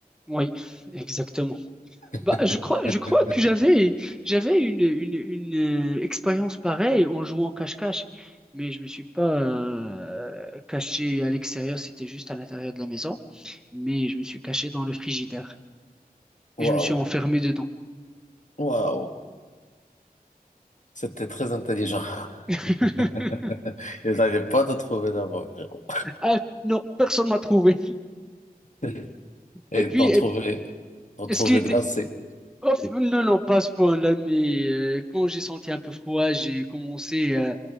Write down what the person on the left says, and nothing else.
<laughs>
Waouh,
waouh, c'était très intelligent.
<laughs> Ils n'avaient pas de trouver d'abord, frérot.
<laughs> Et
t'en trouver, t'en
trouver
glacé.